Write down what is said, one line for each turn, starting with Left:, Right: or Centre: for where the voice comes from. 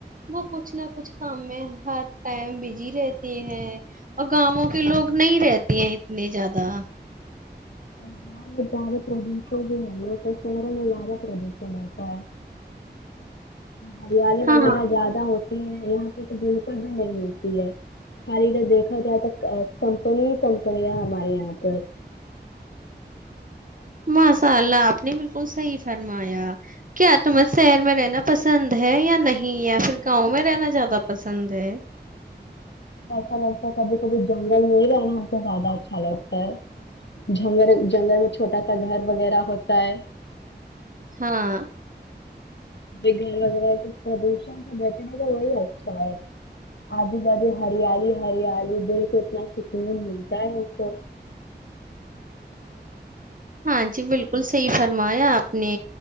Right: وہ کچھ نہ کچھ کام میں ہر ٹائم بزی رہتے ہیں اور گاؤوں کے لوگ نہیں رہتے ہیں اتنے زیادہ
Left: گاؤں میں زیادہ پردوشن بھی نہیں ہوتا شہروں میں زیادہ پردوشن ہوتا ہے ہریالی
Right: ہاں
Left: وغیرہ زیادہ ہوتی یہاں پہ تو بالکل بھی نہیں ہوتی ہے خالی ادھر دیکھا جائے تو کمپنی ہی کمپنیاں ہمارے یہاں پر
Right: ماشاء اللہ آپ نے بالکل صحیح فرمایا کیا تمیں شہر میں رہنا پسند ہے یا نہیں یا پھر گاؤں میں رہنا زیادہ پسند ہے
Left: ایچسا لگتا ہے کبھی کبھی جنگل میں ہی رہنا ہم کو زیادہ اچھا لگتا ہے جنگل جنگل میں چھوٹا سا گھر وغیرہ ہوتا ہے
Right: ہاں
Left: یہ گھر وغیرہ کے پردوشن سے بچنے کا وہی اچھا ہے آجو باازو ہریالی ہریالی دل کو اتنا سکون ملتا ہے ان کو
Right: ہاں جی بالکل صحیح فرمایا آپ نے